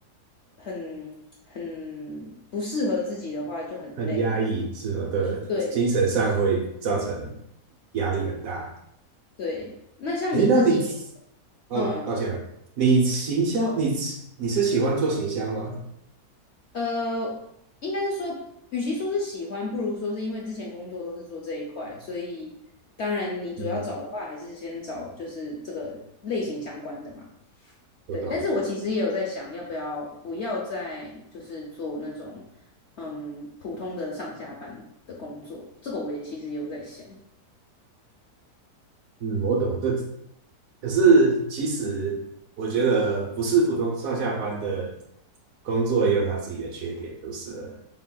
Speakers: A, on the left (about 60°); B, on the right (about 65°).
A: 很很不适合自己的话就很累啊。
B: 很压抑是吧？对，
A: 对
B: 精神上会造成压力很大。
A: 对，那像你自己，
B: 诶，那你哦，
A: 嗯
B: 抱歉啊，你行销，你你是喜欢做行销吗？
A: 呃，应该是说，与其说是喜欢，不如说是因为之前工作都是做这一块，所以当然你主要找的话，
B: 嗯，
A: 还是先找就是这个类型相关的嘛。
B: 我懂。
A: 对，但是我其实也有在想，要不要不要再就是做那种嗯普通的上下班的工作，这个我也其实也有在想。
B: 嗯，我懂这，可是其实我觉得不是普通上下班的工作也有它自己的缺点，就是了